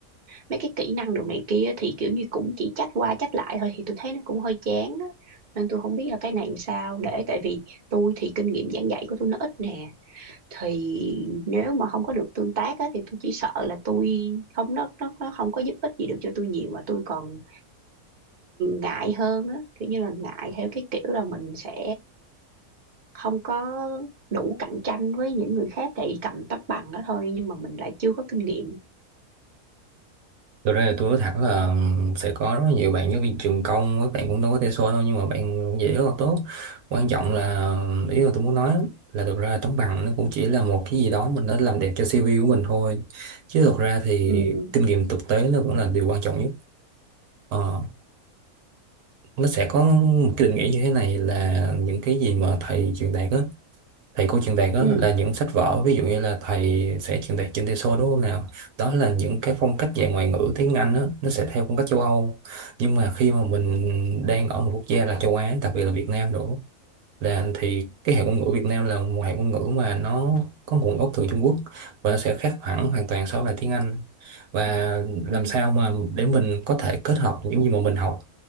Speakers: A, on the right; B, on the right.
A: mấy cái kỹ năng đồ này kia thì kiểu như cũng chỉ trách qua trách lại thôi thì tôi thấy nó cũng hơi chán á nên tôi không biết là cái này làm sao để tại vì tôi thì kinh nghiệm giảng dạy của tôi nó ít nè thì nếu mà không có được tương tác á, thì tôi chỉ sợ là tôi không nó nó nó không có giúp ích gì được cho tôi nhiều mà tôi còn ngại hơn á kiểu như là ngại theo cái kiểu là mình sẽ không có đủ cạnh tranh với những người khác tại vì cầm tấm bằng đó thôi nhưng mà mình lại chưa có kinh nghiệm
B: Thực ra là tôi nói thẳng là sẽ có rất là nhiều bạn giáo viên trường công các bạn cũng đâu có thể so đâu nhưng mà bạn dễ rất là tốt quan trọng là ý là tôi muốn nói là thực ra tấm bằng nó cũng chỉ là một cái gì đó mình đã làm đẹp cho CV của mình thôi chứ thực ra thì
A: ừ
B: kinh nghiệm thực tế nó vẫn là điều quan trọng nhất Ờ, nó sẽ có một cái định nghĩa như thế này là những cái gì mà thầy truyền đạt á thầy cô truyền đạt đó
A: ừ
B: là những sách vở ví dụ như là thầy sẽ truyền đạt trên TESOL đúng không nào đó là những cái phong cách dạy ngoại ngữ tiếng Anh đó, nó sẽ theo phong cách châu Âu nhưng mà khi mà mình đang ở một quốc gia là châu Á đặc biệt là Việt Nam nữa là thì cái hệ ngôn ngữ Việt Nam là một hệ ngôn ngữ mà nó có nguồn gốc từ Trung Quốc và nó sẽ khác hẳn hoàn toàn so với lại tiếng Anh và làm
A: ừ
B: sao mà để mình có thể kết hợp những gì mà mình học